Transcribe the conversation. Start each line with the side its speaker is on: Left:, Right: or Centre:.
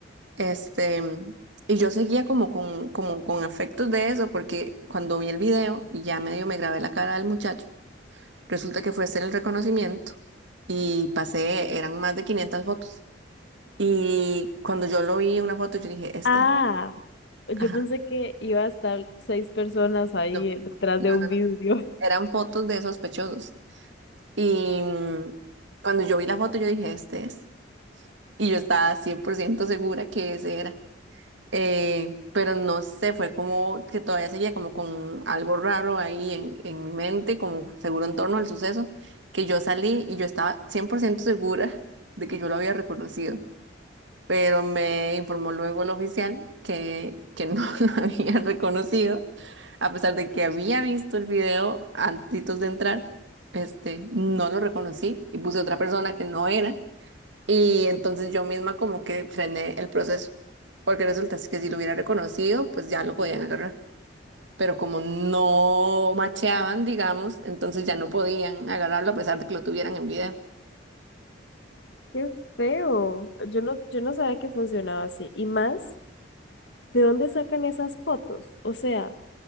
Right: Este, y yo seguía como con, como con afectos de eso, porque cuando vi el video y ya medio me grabé la cara del muchacho, resulta que fue a hacer el reconocimiento y pasé, eran más de 500 fotos. Y cuando yo lo vi en una foto, yo dije, este,
Left: Ah,
Right: es".
Left: yo
Right: ajá,
Left: pensé que iba a estar seis personas ahí
Right: no,
Left: detrás
Right: no,
Left: de un
Right: no,
Left: vidrio.
Right: no, eran fotos de sospechosos. Y mm, cuando yo vi la foto, yo dije, este es. Y yo estaba 100% segura que ese era. eh, pero no sé, fue como que todavía seguía como con algo raro ahí en, en mi mente, como seguro en torno al suceso, que yo salí y yo estaba 100% segura <laughs> de que yo lo había reconocido, pero me informó luego el oficial que, que no <laughs> lo había reconocido, a pesar de que había visto el video antes de entrar, este, no lo reconocí y puse otra persona que no era. Y entonces yo misma como que frené el proceso, porque resulta es que si lo hubiera reconocido, pues ya lo podían agarrar. Pero como no macheaban, digamos, entonces ya no podían agarrarlo a pesar de que lo tuvieran en video.
Left: <laughs> Qué feo. Yo no, yo no sabía que funcionaba así. Y más. ¿De dónde sacan esas fotos? O sea,